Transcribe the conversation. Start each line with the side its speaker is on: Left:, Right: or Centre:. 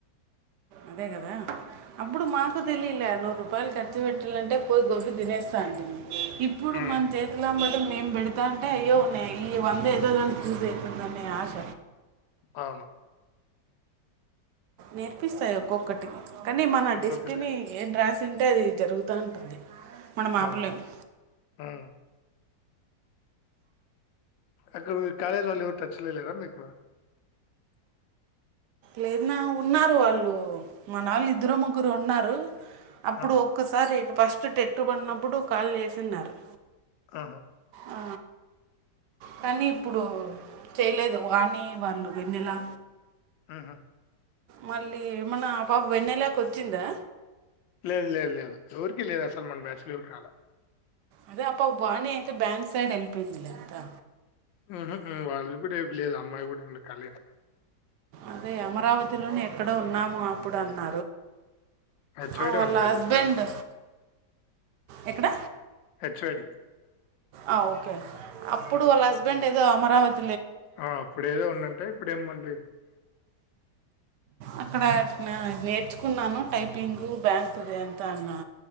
Right: అదే కదా అప్పుడు మాకు తెలిలే నూరు రూపాయలు ఖర్చు పెట్టాలంటే పోయి గోబీ తినేస్తా అంట ఇప్పుడు
Left: ఉమ్,
Right: మన చేతులాబట్ మేం పెడతా అంటే అయ్యో న ఈ వంద ఏదోదానికి చూస అవుతుందని ఆశ
Left: అవును
Right: నేర్పిస్తాయి ఒక్కొక్క కానీ మన
Left: ఇంకొక
Right: డిస్టిని
Left: ది-
Right: ఏం రాసింది అంటే అది జరుగుతూ ఉంటుంది మనం ఆపలేము
Left: అవును ఆ అక్కడ కాలేజ్ వాళ్ళు ఎవరు టచ్చలోలేరా మీకు
Right: లేదన్నా ఉన్నారు వాళ్ళు మన వాళ్ళు ఇద్దరు ముగ్గురు ఉన్నారు అప్పుడు
Left: ఆహా,
Right: ఒక్కసారి ఫస్ట్ ఫస్ట్ టెట్టుబడినప్పుడు కాల్ చేసిన్నారు
Left: ఆహా
Right: ఆ కానీ ఇప్పుడు చేయలేదు వాణి వాళ్ళు వెన్నెలా
Left: ఊహు
Right: మళ్ళీ మన్నా పాప వెన్నేలాక వచ్చిందా
Left: లేదు లేదు లేదు ఎవరికీ లేదు అసల్మాన్ బ్యాచలుకిన్నాాల
Right: అదే అప్ప బాని అయితే బ్యాంక్ సైడ్ హెల్ప్ ఎంతా
Left: ఊహు వాళ్ళు కూడా ఇ లేదు అమ్మాయి కూడా ఏ కళిన
Right: అదే అమరావతిలోని ఎక్కడ ఉన్నాము అప్పుడు అన్న
Left: హెచ్‌వై‌డే
Right: ఆ వాళ్ళ
Left: అంట ఇప్పుడు
Right: హస్బెండ్
Left: ప్రజెంట్.
Right: ఎక్కడ
Left: హెచ్డి
Right: ఆ ఓకే అప్పుడు వాళ్ళ హస్బెండ్ అమరావతి
Left: ఆ అప్పుదు ఏదో ఉండంటే ఇప్పుడేమ్మండి
Right: అక్కడ నేర్చుకున్నాను టైపింగ్ బ్యాంకుది ఎంత అన్నా